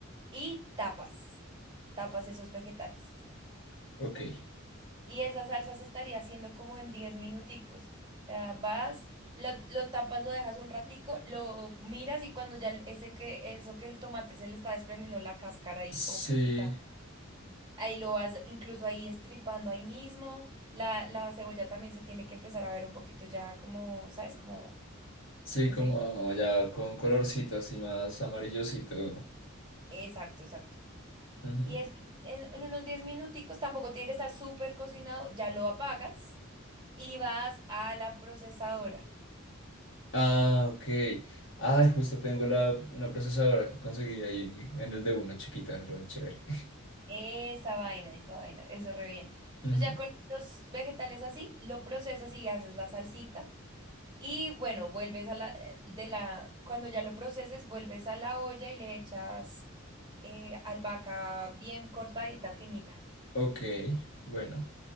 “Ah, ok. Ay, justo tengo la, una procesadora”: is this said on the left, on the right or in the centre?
Left